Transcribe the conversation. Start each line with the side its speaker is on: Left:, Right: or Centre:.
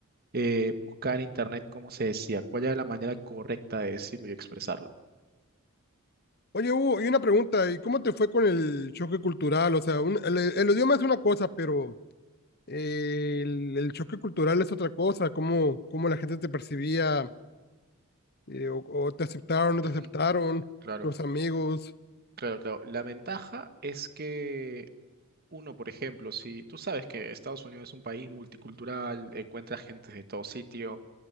Right: eh, buscar en internet cómo se decía, cuál era la manera correcta de decirlo y expresarlo.
Left: Oye, Hugo, y una pregunta, ¿y cómo te fue con el choque cultural? O sea, un- el, el idioma es una cosa, pero eh, el, el choque cultural es otra cosa, cómo, cómo la gente te percibía, eh, o, o te aceptaron, no
Right: Ujú,
Left: te aceptaron,
Right: Claro.
Left: los amigos.
Right: Claro, claro. La ventaja es que uno, por ejemplo, si tú sabes que Estados Unidos es un país multicultural, encuentra gente de todo sitio